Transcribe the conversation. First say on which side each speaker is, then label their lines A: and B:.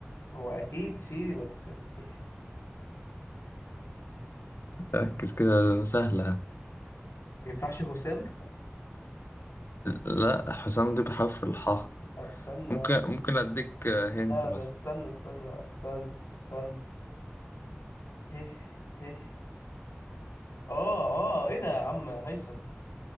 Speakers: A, on the left (about 85°); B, on the left (about 65°).
A: هو اكيد فيه بس ايه
B: ركز كده سهلة
A: ما ينفعش هشام
B: لا حسام دي بحرف الحاء
A: طب استنى
B: ممكن ممكن اديك هنت
A: لا
B: مثلا
A: لا استنى استنى استنى استنى هه هه اه اه ايه ده يا عم هيثم